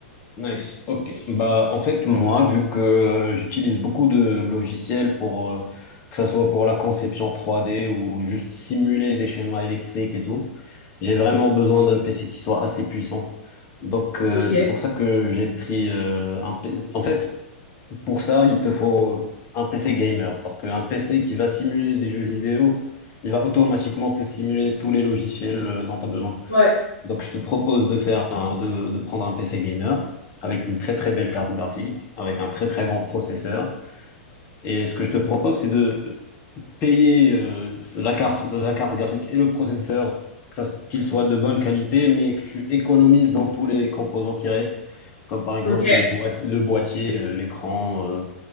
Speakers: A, on the left; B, on the left.
A: Nice. Ok. Bah, en fait, moi, vu que euh, j'utilise beaucoup de logiciels pour euh, que ça soit pour la conception trois d ou juste simuler des schémas électriques et tout, j'ai vraiment besoin d'un PC qui soit assez puissant. Donc, euh,
B: Ok.
A: c'est pour ça que j'ai pris euh, un. P- C. En fait, Pour ça, il te faut un PC gamer, parce qu'un PC qui va simuler des jeux vidéo, il va automatiquement te simuler tous les logiciels euh, dont tu as besoin.
B: Ouais,
A: Donc, je te propose de faire un- de, de prendre un PC gamer avec une très très belle carte graphique, avec un très très bon processeur. Et ce que je te propose, c'est de payer euh, la carte, la carte graphique et le processeur, que ça- qu'ils soient de bonne qualité, mais que tu économises dans tous les composants qui restent, comme par exemple
B: ok.
A: le, boi- le boîtier, euh, l'écran. euh,